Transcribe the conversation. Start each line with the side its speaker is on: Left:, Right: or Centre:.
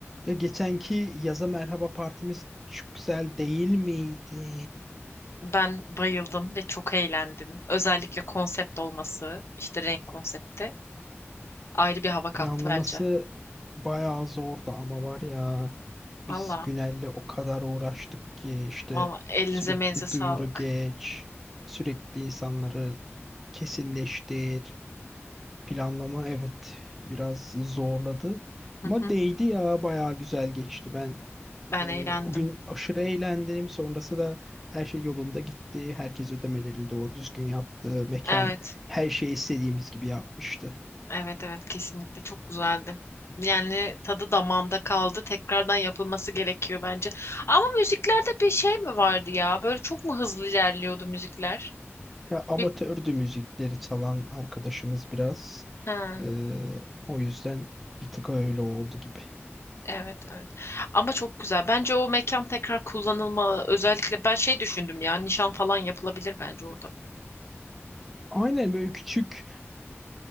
Centre: Ya geçenki yaza merhaba partimiz çok güzel değil miydi?
Left: Ben bayıldım ve çok eğlendim. Özellikle konsept olması, işte renk konsepti ayrı bir hava kattı
Centre: Planlaması
Left: bence.
Centre: bayağı zordu ama var ya
Left: Valla,
Centre: biz Günel'le o kadar uğraştık ki işte
Left: valla elinize
Centre: sürekli
Left: menize sağlık.
Centre: duyuru geç, sürekli insanları kesinleştir. Planlama evet biraz zorladı
Left: Hı
Centre: ama
Left: hı,
Centre: değdi ya bayağı güzel geçti ben.
Left: Ben
Centre: Ee,
Left: eğlendim.
Centre: o gün aşırı eğlendim. Sonrası da her şey yolunda gitti. Herkes ödemelerini doğru düzgün yaptı. Mekan
Left: Evet,
Centre: her şeyi istediğimiz gibi yapmıştı.
Left: evet, evet kesinlikle çok güzeldi. Yani tadı damağımda kaldı. Tekrardan yapılması gerekiyor bence. Ama müziklerde bir şey mi vardı ya? Böyle çok mu hızlı ilerliyordu müzikler?
Centre: Ya amatördü
Left: Bir...
Centre: müzikleri çalan arkadaşımız biraz.
Left: He.
Centre: Ee, o yüzden bir tık öyle oldu gibi.
Left: Evet, evet. Ama çok güzel. Bence o mekan tekrar kullanılmalı. Özellikle ben şey düşündüm ya, nişan falan yapılabilir bence orada.
Centre: Aynen böyle küçük